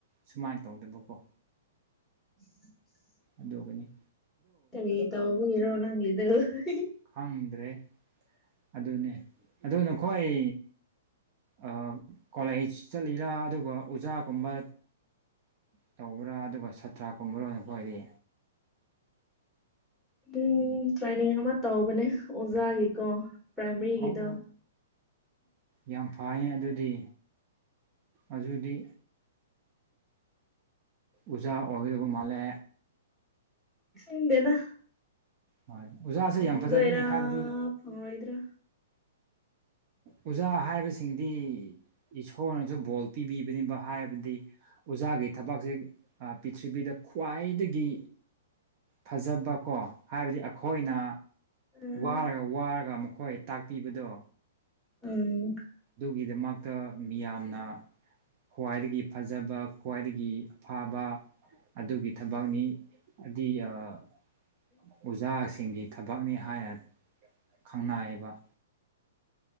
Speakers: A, on the right; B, in the centre.
A: ꯁꯨꯃꯥꯏꯅ ꯇꯧꯗꯦꯕꯀꯣ꯫
B: <inaudible>
A: ꯑꯗꯨꯒꯤꯅꯤ꯫
B: ꯀꯔꯤ ꯇꯧꯕꯒꯤꯔꯣ ꯅꯪꯒꯤꯗꯨ ꯑꯍꯤꯍꯤ
A: ꯈꯪꯗ꯭ꯔꯦ ꯑꯗꯨꯅꯦ ꯑꯗꯨ ꯅꯈꯣꯏ ꯑꯥ ꯀꯣꯂꯦꯁ ꯆꯠꯂꯤꯔꯥ ꯑꯗꯨꯒ ꯑꯣꯖꯥꯒꯨꯝꯕ ꯇꯧꯕ꯭ꯔꯥ ꯑꯗꯨꯒ ꯁꯥꯠꯇ꯭ꯔꯥ ꯀꯨꯝꯕꯔ ꯅꯈꯣꯏꯗꯤ꯫
B: ꯎꯝ ꯇ꯭ꯔꯦꯅꯤꯡ ꯑꯃ ꯇꯧꯕꯅꯦ ꯑꯣꯖꯥꯒꯤꯀꯣ꯫ ꯄ꯭ꯔꯥꯏꯃꯔꯤꯒꯤꯗꯣ
A: ꯑꯣ ꯌꯥꯝ ꯐꯩꯅꯦ ꯑꯗꯨꯗꯤ꯫ ꯑꯗꯨꯗꯤ ꯎꯖꯥ ꯑꯣꯏꯒꯗꯕ ꯃꯥꯜꯂꯦ꯫
B: ꯈꯪꯗꯦꯗ
A: ꯍꯣꯏ ꯑꯣꯖꯥꯁꯦ
B: ꯐꯪꯗꯣꯏꯔꯥ
A: ꯌꯥꯝ ꯐꯖꯕꯅꯤ ꯍꯥꯏꯕꯗꯤ
B: ꯐꯪꯂꯔꯣꯏꯗ꯭ꯔꯥ?
A: ꯑꯣꯖꯥ ꯍꯥꯏꯕꯁꯤꯡꯗꯤ ꯏꯁꯣꯔꯅꯁꯨ ꯕꯣꯜ ꯄꯤꯕꯤꯕꯅꯦꯕ ꯍꯥꯏꯕꯗꯤ ꯑꯣꯖꯥꯒꯤ ꯊꯕꯛꯁꯦ ꯄꯔꯤꯊꯤꯕꯤꯗ ꯈ꯭ꯋꯥꯏꯗꯒꯤ ꯐꯖꯕꯀꯣ ꯍꯥꯏꯕꯗꯤ ꯑꯈꯣꯏꯅ
B: ꯎꯝ
A: ꯋꯥꯔꯒ ꯋꯥꯔꯒ ꯃꯈꯣꯏ ꯇꯥꯛꯄꯤꯕꯗꯣ꯫
B: ꯎꯝ
A: ꯑꯗꯨꯒꯤꯗꯃꯛꯇ ꯃꯤꯌꯥꯝꯅ ꯈ꯭ꯋꯥꯏꯗꯒꯤ ꯐꯖꯕ ꯈ꯭ꯋꯥꯏꯗꯒꯤ ꯑꯐꯕ ꯑꯗꯨꯒꯤ ꯊꯕꯛꯅꯤ ꯑꯗꯨꯏ ꯑꯥ ꯑꯣꯖꯥꯁꯤꯡꯒꯤ ꯊꯕꯛꯅꯤ ꯍꯥꯏꯅ ꯈꯪꯅꯩꯌꯦꯕ꯫